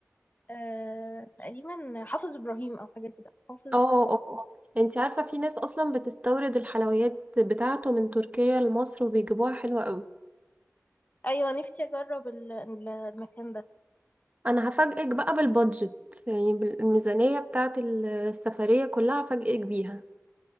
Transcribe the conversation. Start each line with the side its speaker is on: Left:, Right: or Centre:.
Left: آه، تقريبا حافظ ابراهيم او حاجه كده حافظ
Right: اه اه اه انت عارفة في ناس اصلا بتستورد الحلويات بتاعته من تركيا لمصر وبيجيبوها حلوة قوي
Left: ايوه نفسي اجرب ال- ال- المكان ده
Right: انا هفاجئك بقى بالبادجت يعني بالميزانية بتاعة السفرية كلها هفاجئك بيها